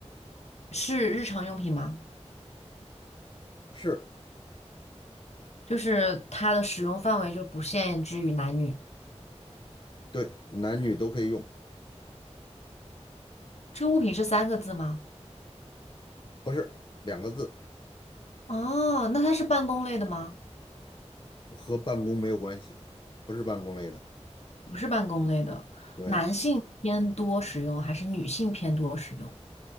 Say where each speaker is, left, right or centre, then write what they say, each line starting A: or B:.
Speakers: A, on the left; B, on the left.
A: 是日常用品吗？
B: 是，
A: 就是它的使用范围就不限制于男女。
B: 对，男女都可以用，
A: 这个物品是三个字吗？
B: 不是两个字，
A: 哦，那它是办公类的吗？
B: 和办公没有关系，不是办公类的。
A: 不是办公类的，
B: 对，
A: 男性偏多使用还是女性偏多使用？